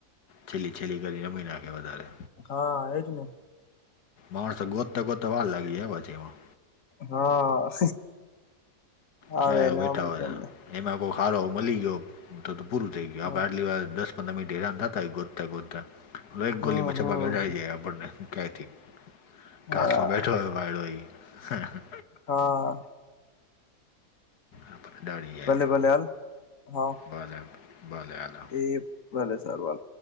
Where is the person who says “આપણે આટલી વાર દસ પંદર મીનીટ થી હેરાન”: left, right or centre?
Left